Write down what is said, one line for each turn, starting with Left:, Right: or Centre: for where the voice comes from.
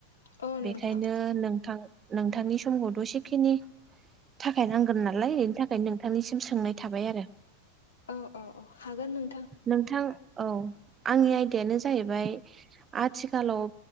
Left: औ
Right: बेखायनो
Left: नोंथां
Right: नोंथां नोंथांनि समखौथ' इसेखिनि थाखाय नांगोन नालाय बेनि थाखायनो नोंथांनिसिम सोंनाय थाबाय आरो
Left: औ औ औ हागोन नों
Right: नोंथां औ आंनि आयदायानो जाहैबाय आथिखालाव